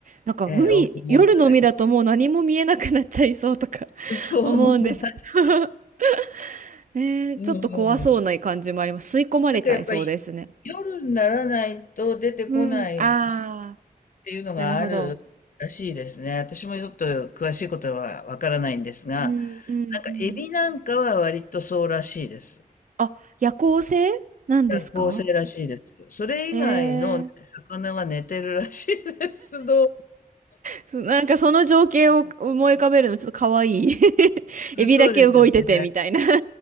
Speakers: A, on the right; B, on the left.
A: なんか海、
B: え、ええオープンウォーターだけ
A: 夜の海だともう何も見えなくなっちゃいそうとか
B: <laughs>
A: <laughs>
B: と思います。
A: 思うんですけど <laughs> ねえ、
B: うんう
A: ちょっと怖そうな感じもあります。
B: ん。
A: 吸い込まれちゃいそうですね。
B: なんかやっぱり夜にならないと出てこない
A: うん。ああ、
B: っていうのがあるらしいですね。
A: なるほど。
B: 私もちょっと詳しいことはわからないんですが、
A: うんうんうん。
B: なんかエビなんかは割とそうらしいです。
A: あ、夜行性なんですか
B: 夜行性らしいです。それ以外のね魚は寝てるらしいです。
A: ええ
B: <laughs> どう、
A: そなんかその情景を思い浮かべるのちょっと可愛い <laughs> エビだけ動いててみたいな
B: そうですよね。